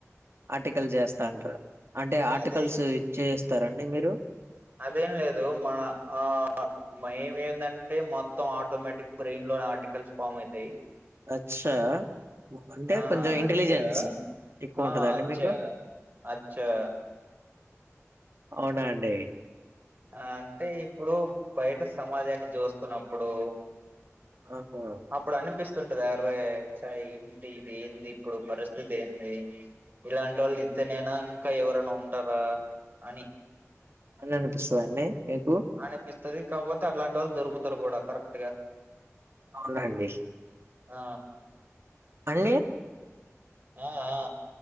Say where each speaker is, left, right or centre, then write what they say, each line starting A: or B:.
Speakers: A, on the right; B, on the right.
A: ఆర్టికల్ చేస్తాంటరా అంటే ఆర్టికల్స్
B: అదే
A: ఇది చేస్తారండి మీరు
B: అదేం లేదు మన ఆ మైమ్ ఏందంటే మొత్తం ఆటోమేటిక్ బ్రెయిన్‌లో ఆర్టికల్స్ ఫామ్ అయితాయి
A: అచ్చా అంటే
B: ఆ
A: కొంచెం ఇంటెలిజెన్స్
B: అచ్చా
A: ఎక్కువ
B: ఆ
A: ఉంటదండి
B: అచ్చా
A: మీకు
B: అచ్చా
A: అవునా అండి
B: అంటే ఇప్పుడు బయట సమాజాన్ని చూస్తున్నప్పుడు
A: ఆహా
B: అప్పుడు అనిపిస్తుంటది ఆరే చ ఏంటి ఇది ఏంది ఇప్పుడు పరిస్థితి ఏంది ఇలాంటి వాళ్ళు దిత్తెనెనా ఇంకా ఎవరన్నా ఉంటారా అని
A: అని అనిపిస్తాందాండి మీకు
B: అనిపిస్తాది కాకపోతే అట్లాంటి వాళ్ళు దొరుకుతారు కూడా కరెక్ట్ గా
A: అవునండి
B: ఆ
A: అళ్లీ
B: అ ఆ